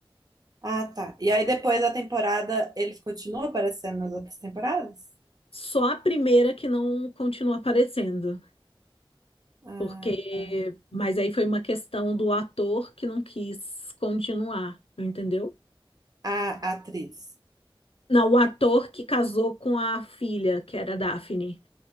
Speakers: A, on the right; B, on the left.
A: Ah, tá. E aí depois da temporada eles continuam aparecendo nas outras temporadas?
B: Só a primeira que não continua aparecendo,
A: Ah,
B: porque
A: tá.
B: mas aí foi uma questão do ator que não quis continuar, entendeu?
A: Ah, A atriz.
B: Não, o ator que casou com a filha, que era a Daphne,